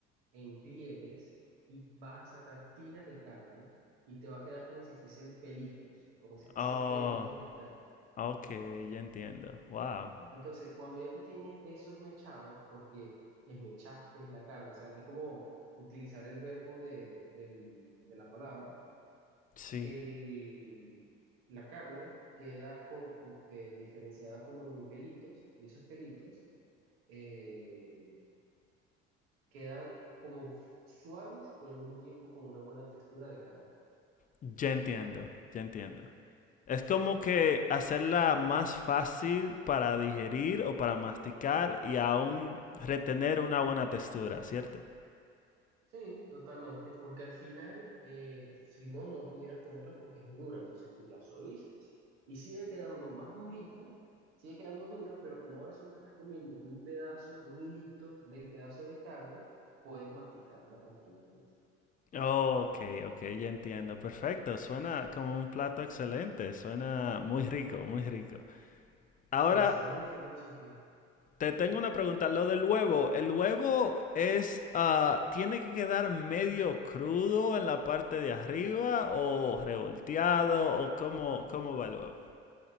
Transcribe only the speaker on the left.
Oh,
ok, ya entiendo. Wow.
Sí,
ya entiendo, ya entiendo. Es como que
hacerla más fácil para digerir o para masticar y aún retener una buena textura, ¿cierto?
Oh, ok, ok, ya entiendo. Perfecto. Suena como un plato excelente. Suena muy rico, muy rico. Ahora,
Te tengo una pregunta, lo del huevo, ¿el huevo es, ah, tiene que quedar medio crudo en la parte de arriba o revolteado o cómo, cómo va el huevo?